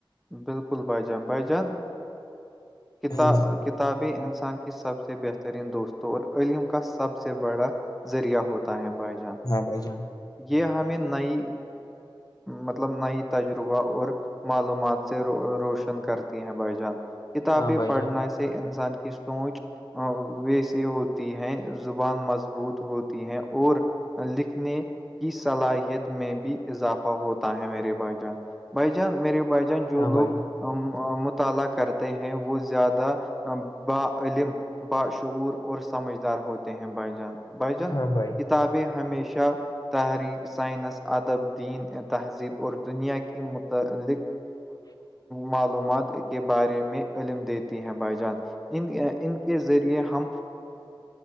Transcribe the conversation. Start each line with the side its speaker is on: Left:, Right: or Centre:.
Centre: بالکل بھائی جان بھائی جان کتا
Left: ہاں بھائی
Centre: کتابیں انسان کی سب سے بہترین دوستوں اور علم کا سب سے بڑا ذریعہ ہوتا ہے بھائی جان
Left: ہاں بائی جان
Centre: یہ ہمیں نئی مطلب نئی تجربہ اور معلومات سے روشن کرتی ہیں بھائی جان کتابیں
Left: ہاں بھائی
Centre: پڑھنا
Left: جان
Centre: انسان کی سوونچ ویسی ہوتی ہے زبان مضبوط ہوتی ہے اور لکھنے کی صلاحیت میں بھی اضافہ ہوتا ہے میرے بھائی جان بھائی جان میرے بھائی جان جو
Left: ہاں
Centre: لوگ
Left: بھائی
Centre: مطالعہ کرتے ہیں وہ زیادہ علم باشعور اور سمجھدار ہوتے ہیں بھائی جان بھائی جان
Left: ہاں بھائی
Centre: کتابیں ہمیشہ تحریک سائنس ادب دین تہذیب اور دنیا کے متعلق معلومات کے بارے میں علم دیتی ہیں بھائی جان ان ان کے ذریعے ہم